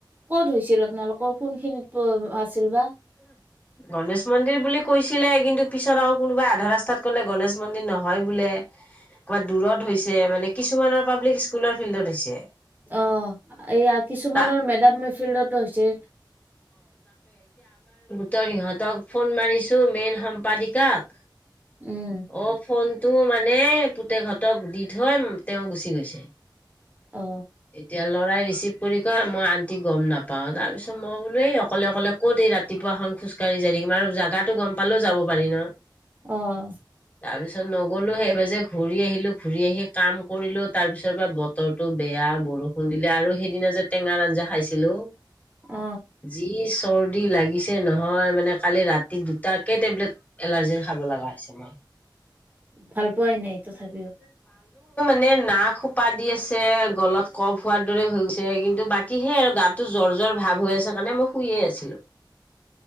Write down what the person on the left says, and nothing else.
গণেশ। মন্দিৰ বুলি কৈছিলে কিন্তু পিছত আৰু কোনোবা আধা ৰাস্তাত। ক'লে গনেেশ মন্দিৰ নহয় বোলে। ক'ৰবাত দূৰত হৈছে মানে কিছুমানৰ পাব্লিক স্কুলৰ ফিল্ডত হৈছে।
তা
ইিহঁতক ফোন মাৰিছো মেইন সম্পাদিকাক
অ 'ফোন তো মানে পুতেহঁতক দি থৈ তেওঁ গুচি গৈছে
এতিয়া লৰাই। ৰিচিভ কৰি কয় মই আন্টি গম নাপাওঁ তাৰ পিছত মই। বোলো অকলে অকলে ক'ত এই ৰাতিপুৱা খন খোজকাঢ়ি যাই থাকিম আৰু জাগাটো গম। পালেও যাব পাৰি ন।
তাৰপিছত নগলো সেইবাৰ যে ঘূৰি আহিলো ঘূৰি আহি কাম কৰিলো তাৰ পিছৰ বা বতৰটো বেয়া বৰষুণ দিলে আৰু সেইদিনা যে টেঙাৰ আঞ্জা খাইছিলো
যি চৰ্দি লাগিছে নহয় মানে। কালি ৰাত দুটাকে টেবলেট এলাৰ্জিৰ খাব লগা হৈছে মই।
মে নাক সোপা দি আছে, গলত কফ হোৱাৰ দৰে হৈ গৈছে কিন্তু বাকী সেই আৰু গাতো জ্বৰ-জ্বৰ ভাৱ হৈ আছে। মানে মই শুইে আছিলো।